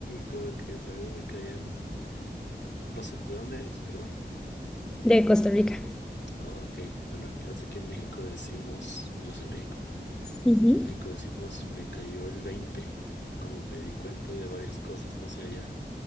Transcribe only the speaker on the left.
como que luego me caían, no sé, ¿de dónde eres? Perdón.
Oh, ok, bueno, aquí es aquí en México decimos, yo soy de México,
aquí en México decimos me cayó el 20 como me di cuenta de varias cosas, no sé allá